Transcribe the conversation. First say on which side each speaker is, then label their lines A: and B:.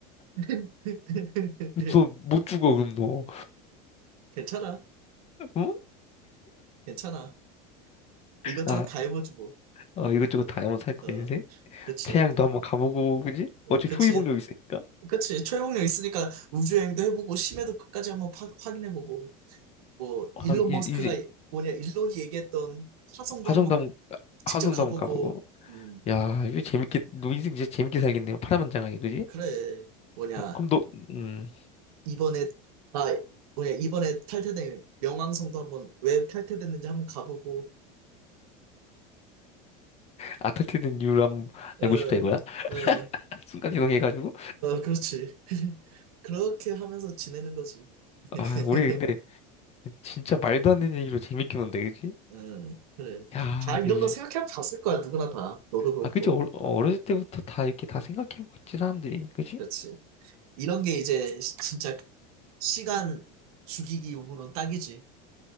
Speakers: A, on the right (about 80°); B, on the left (about 35°).
A: <laughs>
B: 너 못 죽어, 그럼 너.
A: 괜찮아.
B: 응?
A: 괜찮아. 이것저것
B: 아,
A: 다 해보지 뭐.
B: 어, 이것저것 다 한번 살 거야,
A: 어,
B: 인생.
A: 그치.
B: 태양도 한번 가보고, 그지? 어차피
A: 그치.
B: 초이복력 있으니까.
A: 그치. 초회복력 있으니까 우주여행도 해보고, 심해도 끝까지 한번 파- 확인해보고. 뭐
B: 아,
A: 일론
B: 이,
A: 머스크가
B: 이제,
A: 뭐냐 일론이 얘기했던 화성도
B: 화성도
A: 한번
B: 한번,
A: 직접
B: 화성도
A: 가보고
B: 한번 가보고.
A: 음
B: 야, 이거 재밌게, 너 인생 진짜 재밌게 살겠네요. 파란만장하게, 그지?
A: 그래 뭐냐
B: 아, 그럼 너, 음,
A: 이번에 아 뭐냐 이번에 탈퇴된 명왕성도 한번 왜 탈퇴됐는지 한번 가보고
B: 아타트된 이유를 한번
A: 어어어
B: 알고 싶다, 이거야? <laughs> 순간이동해가지고.
A: 그렇지 <laughs> 그렇게 하면서 지내는 거지 <laughs>
B: 아, 우리 근데, 진짜 말도 안 되는 얘기로 재밌게 논데, 그지?
A: 음 그래
B: 야,
A: 다 이런
B: 근데
A: 거 생각해
B: 이-
A: 봤을 거야 누구나 다 너도 그렇고
B: 아, 그치? 어, 어렸을 때부터 다 이렇게 다 생각해보고 있지, 사람들이. 그지?
A: 그렇지 이런 게 이제 시- 진짜 시간 죽이기 용으로는 딱이지